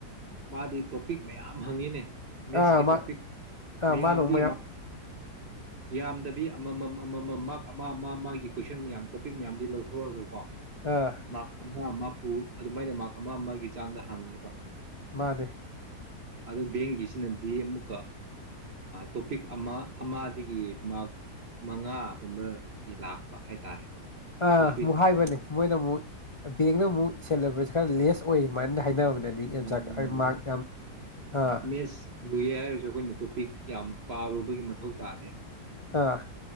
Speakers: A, on the right; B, on the left.
A: ꯃꯥꯗꯤ ꯇꯣꯄꯤꯛ ꯃꯌꯥꯝ ꯍꯪꯉꯤꯅꯦ ꯃꯤꯠꯁꯀꯤ
B: ꯑꯥ ꯃꯥ
A: ꯇꯣꯄꯤꯛ
B: ꯑꯥ
A: ꯃꯌꯥꯝꯗꯤ
B: ꯃꯥꯅ ꯑꯃꯨꯛ ꯃꯌꯥꯝ
A: ꯌꯥꯝꯗꯕꯤ ꯑꯃꯃꯝ ꯑꯃꯃꯝ ꯃꯥꯔ ꯑꯃ ꯑꯃ ꯃꯥ ꯀꯣꯏꯁꯟ ꯃꯌꯥꯝ ꯇꯣꯄꯤꯛ ꯃꯌꯥꯝꯁꯤ ꯂꯧꯊꯣꯔꯛꯑꯒ ꯀꯣ
B: ꯑꯥ
A: ꯃꯥꯄ ꯍꯥꯐꯨ ꯑꯗꯨꯃꯥꯏꯅ ꯃꯥꯔ ꯑꯃ ꯑꯃꯒꯤ ꯆꯥꯡꯗ ꯍꯥꯡꯉꯦꯕ
B: ꯃꯥꯗꯦ
A: ꯑꯗꯨ ꯕꯦꯡꯒꯤꯁꯤꯅꯗꯤ ꯑꯃꯨꯛꯀ ꯇꯣꯄꯤꯛ ꯑꯃ ꯑꯃꯗꯒꯤ ꯃꯥꯔꯛ ꯃꯉꯥꯒꯨꯝꯕꯒꯤ ꯂꯥꯛꯄ ꯍꯥꯏꯇꯥꯔꯦ
B: ꯑꯕꯨ
A: ꯇꯣꯄꯤꯛ
B: ꯍꯥꯏꯕꯅꯤ ꯃꯣꯏꯅ ꯑꯃꯨꯛ ꯕꯦꯒꯅ ꯑꯃꯨꯛ ꯁꯦꯂꯦꯕꯁ ꯈꯔ ꯂꯦꯁ ꯑꯣꯏ ꯑꯗꯨꯃꯥꯏꯅ ꯍꯥꯏꯅꯕꯅꯦ ꯑꯗꯨꯗꯤ ꯑꯦꯝꯆꯥꯛ
A: ꯎꯝ
B: ꯃꯥꯔꯛ ꯌꯥꯝ ꯑꯥ
A: ꯃꯦꯁ ꯂꯨ ꯍꯥꯏꯔꯁꯨ ꯑꯩꯈꯣꯏꯅ ꯇꯣꯄꯤꯛ ꯌꯥꯝ ꯄꯥꯔꯨꯕꯒꯤ ꯃꯊꯧ ꯇꯥꯗꯦꯕ
B: ꯑꯥ